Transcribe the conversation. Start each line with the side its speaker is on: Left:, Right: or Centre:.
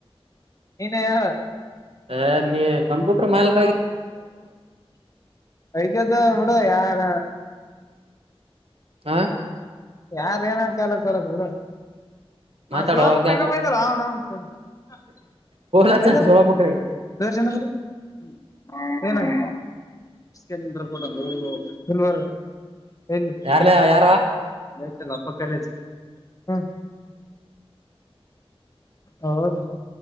Left: ನೀನೇ ಹೇಳು
Right: ಹ ನೀ ಕಂಪ್ಯೂಟರ್ ಮಾಲ್
Left: ಅಳಿಕದ ಬಿಡು ಯಾರ
Right: ಹಾಂ
Left: ಯಾರ್ ಏನ <unintelligible> ಬಿಡು <unintelligible>
Right: ಮಾತಾಡೋ ಹಂಗ್ಯಾಕ್ ಮಾಡ್ತ ಫೋನ್ ಹಚ್ಚ
Left: <unintelligible>
Right: ಸೊಳ ಮಕ್ಳಿಗೆ
Left: ಸ್ಕ್ಯಾನಿಂಗ್ ರಿಪೋರ್ಟ್ ಅದು <unintelligible> ಎಲ್ಲಿ
Right: ಯಾರ್ಲ ಯಾರ
Left: ಚಲ್ಲಪ್ಪ ಕಾಲೇಜು ಹ್ಮ ಹೌದ